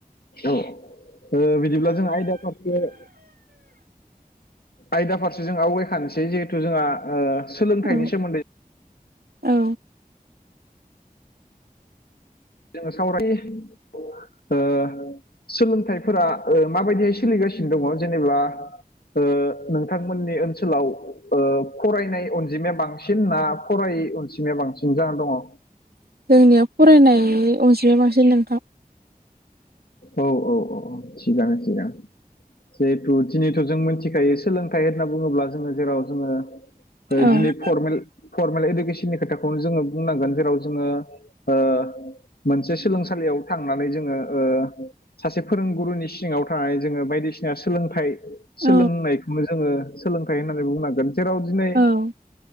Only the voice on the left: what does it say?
औ ओ बिदिब्ला जों आयदाफोर आयदा फारसे जों आवगायखानोसै जिहेथु जोंहा ओ सोलोंथाइनि
सोमोन्दै
जोङो सावराय ओ सोलोंथाइफोरा माबायदिहाय सोलिगासिनो दङ जेनेबा ओ नोंथांमोननि ओनसोलाव ओ फरायनाय अनजिमाया बांसिन सिन ना फराय अनजिमाया बांसिन जानानै दङ
औ औ औ औ थिगानो थिगानो जिहेथु दिनैथ' जों मिथिखायो सोलोंथाइ होनना बुङोब्ला जोङो जेराव जोङो ओ
दिनै फरमेल फरमेल इडुकेसननि खोथाखौनो जोङो बुंनांगोन जेराव जोङो ओ मोनसे सोलोंसालियाव थांनानै जोङो ओ सासे फोरोंगुरुनि सिङाव थानाय जोङो बायदिसिना सोलोंथाइ
सोलोंनायखौनो जोङो सोलोंथाइ होननानै बुंनांगोन जेराव दिनै